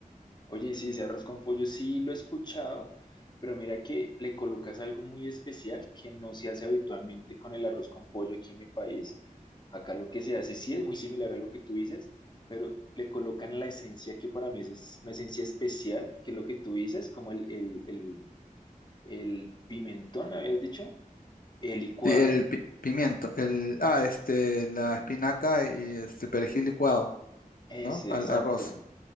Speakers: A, on the left (about 30°); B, on the left (about 75°).
A: Oye, sí, ese arroz con pollo sí lo he escuchado, pero mira que le colocas algo muy especial que no se hace habitualmente con el arroz con pollo aquí en mi país. Acá lo que se hace sí es muy similar a lo que tú dices, pero le colocan la esencia que para mí es es una esencia especial, que es lo que tú dices, como el, el, el, el pimentón, me habías dicho, el licuado.
B: Sí, el pi- pimiento, el, ah, este, la espinaca y este perejil licuado,
A: Ese,
B: ¿no? Al
A: exacto.
B: arroz.